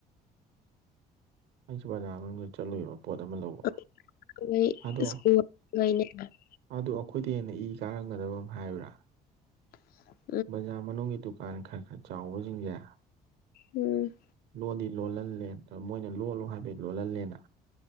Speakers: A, on the right; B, on the left.
A: ꯑꯩꯁꯨ ꯕꯖꯥ ꯃꯅꯨꯡꯗ ꯆꯠꯂꯨꯏꯕ ꯄꯣꯠ ꯑꯃ ꯂꯧꯕ
B: <unintelligible>
A: ꯑꯗꯣ ꯑꯗꯣ ꯑꯩꯈꯣꯏꯗꯩ ꯍꯦꯟꯅ ꯏ ꯀꯥꯔꯝꯒꯗꯕ ꯑꯃ ꯍꯥꯏꯌꯨꯔꯥ
B: <unintelligible>
A: ꯕꯖꯥꯔ ꯃꯅꯨꯡꯒꯤ ꯗꯨꯀꯥꯟ ꯈꯔ ꯈꯔ ꯆꯥꯎꯕꯖꯤꯡꯖꯦ
B: ꯎꯝ
A: ꯂꯣꯟꯗꯤ ꯂꯣꯜꯍꯜꯂꯦ ꯗꯣ ꯃꯣꯏꯅ ꯂꯣꯜꯂꯣ ꯍꯥꯏꯕꯩ ꯂꯣꯜꯍꯜꯂꯦꯅ